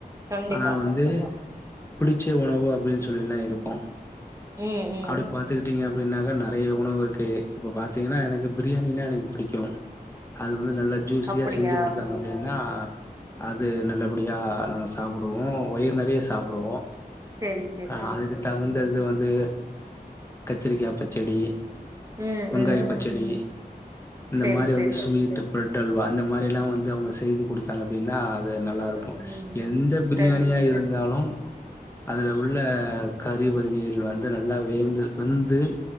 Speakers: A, on the right (about 20°); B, on the left (about 15°).
A: கண்டிப்பா
B: ஆனா வந்து
A: ம்
B: பிடிச்ச உணவு அப்டின் சொல்லில்லா இருக்கு
A: ம் ம்
B: அப்டி பாத்துக்கிட்டீங்க அப்டின்னாக்கா நெ றைய உணவு இருக்கு இப்ப பாத்தீங்கனா எனக்கு பிரியாணின்னா எனக்கு பிடிக்கு அது வந்து நல்லா ருசியா
A: அப்படியா
B: செஞ்சு குடுத்தாங்க அப்டின்னா அது நல்லபடியா நாங்க சாப்புடுவோ வயிறு நெறைய சாப்புடுவோ
A: செரி செரி
B: ஆ அதுக்கு தகுந்தது வந்து கத்திரிக்கா பச்சடி
A: ம்
B: வெங்காயபச்சடி
A: ம்
B: இந்தமாரி
A: செரி செரி
B: வந்து ஸ்விட் பிரெட்அல்வா இந்தமாரில்லா வந்து அவுங்க செய்து குடுத்தாங்க அப்டின்னா அது நல்லாருக்கூ
A: ம் ம்
B: எந்த பிரியாணியாருந்தாலு
A: சரி சரி
B: அதுல உள்ள கறிவகைகள் வந்து நல்லா வேந்து வெந்து